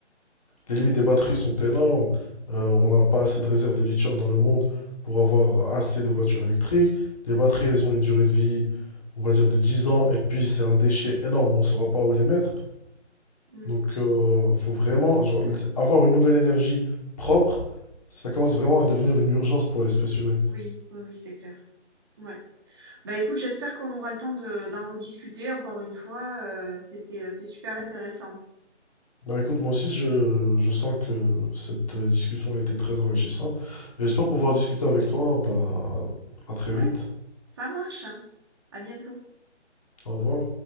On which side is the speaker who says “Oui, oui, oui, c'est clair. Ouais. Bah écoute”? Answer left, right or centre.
Right